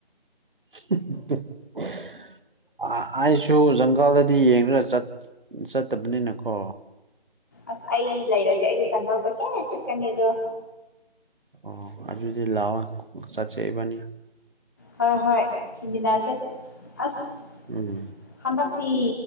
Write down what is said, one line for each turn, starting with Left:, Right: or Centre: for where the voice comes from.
Right: ꯑꯥ <unintelligible> ꯑꯩꯁꯨ ꯖꯪꯒꯥꯜꯗꯗꯤ ꯌꯦꯡꯔ ꯆꯠꯇꯕꯅꯤꯅꯀꯣ
Left: ꯑꯁ ꯑꯩ ꯂꯩꯔꯗꯤ ꯑꯩꯗꯤ ꯆꯪꯒꯜ ꯀꯣꯏꯆꯠ ꯆꯠꯀꯅꯤ ꯑꯗꯣ
Right: ꯑꯣ ꯑꯗꯨꯗꯤ ꯂꯥꯎꯑꯣ ꯆꯠꯁꯦ ꯏꯕꯅꯤ
Left: ꯍꯣꯏ ꯍꯣꯏ ꯊꯤꯃꯤꯅꯁꯦ ꯑꯁ
Right: ꯎꯝ
Left: ꯍꯟꯗꯛꯇꯤ